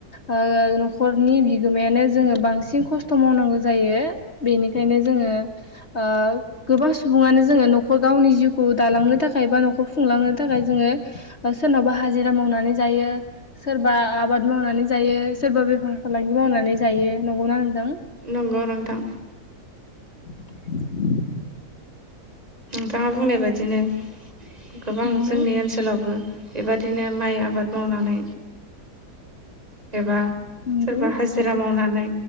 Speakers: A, on the left; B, on the right.
A: ओ न'खरनि बिगोमायानो जोङो बांसिन खस्थ' मावनांगौ जायो बेनिखायनो जोङो ओ गोबां सुबुङानो जोङो न'खर गावनि जिउखौ दालांनो थाखाय बा न'खर खुंलांनो थाखाय जोङो सोरनावबा हाजिरा मावनानै जायो सोरबा आबाद मावनानै जायो सोरबा बेफार फालांगि मावनानै जायो नंगौना नोंथां
B: नंगौ नोंथां
A: <inaudible>
B: नोंथाङा बुंनाय बायदिनो गोबां
A: नंगौ
B: जोंनि ओनसोलावबो बेबादिनो माइ आबाद मावनानै एबा
A: नंगौ
B: सोरबा हाजिरा मावनानै